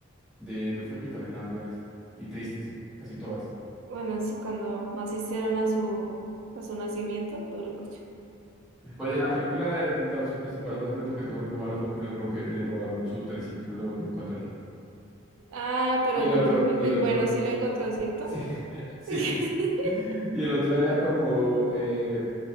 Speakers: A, in the centre; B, on the right.
A: de Dufemi también eran buenas y tristes, casi todas.
B: bueno, sí, cuando no asistieron a su, a su nacimiento, duro cocho.
A: Pues en la película, eh, la- su principal razón de por qué se volvió malo fue porque le rompió, le robaron su trencito y no lo volvió a encontrar.
B: Ah, pero
A: Y el
B: los
A: otro,
B: Dumbarton,
A: y el otro,
B: bueno, sí lo encontró, ¿cierto?
A: sí, <laughs> sí.
B: <laughs>
A: Y el otro era como, eh,